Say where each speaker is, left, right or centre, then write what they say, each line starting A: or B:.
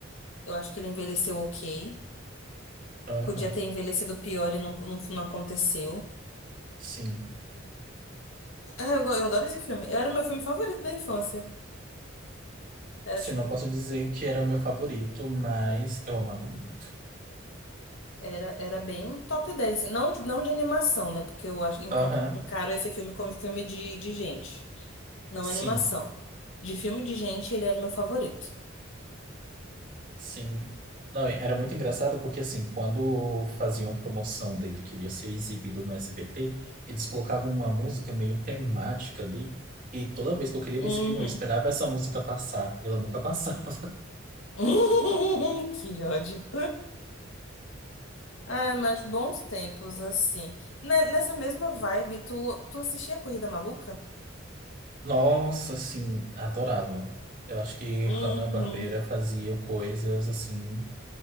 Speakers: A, on the left; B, on the right.
A: Eu acho que ele envelheceu ok.
B: Aham,
A: Podia ter envelhecido pior e não, não, não aconteceu.
B: sim.
A: Ah, eu, go- eu adoro esse filme. Era o meu filme favorito da infância. Era
B: Sim,
A: tipo.
B: não posso dizer que era o meu favorito, mas eu amava muito.
A: Era, era bem top 10 assim. Não, não de animação, né? Porque eu acho, encon-
B: Aham,
A: encaro esse filme como filme de, de gente, não
B: sim,
A: animação. De filme de gente, ele era meu favorito.
B: sim. Não, era muito engraçado porque, assim, quando faziam promoção dele, que ia ser exibido no SBT, eles colocavam uma música meio temática ali, e toda vez que eu queria
A: Uhum.
B: ver esse filme, eu esperava essa música passar, e ela nunca passava. <laughs>
A: <laughs> Que ódio. Ai, mas bons tempos, assim. Ne- Nessa mesma vibe, tu, tu assistia a Corrida Maluca?
B: Nossa, assim, adorava. Eu acho que
A: Uhum,
B: Hanna-Barbera fazia coisas, assim,